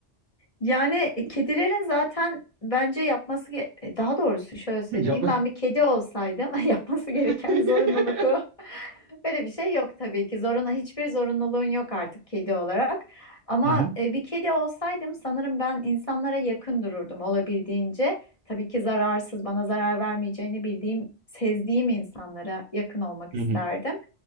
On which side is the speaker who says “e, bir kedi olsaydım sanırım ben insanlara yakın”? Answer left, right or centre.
Left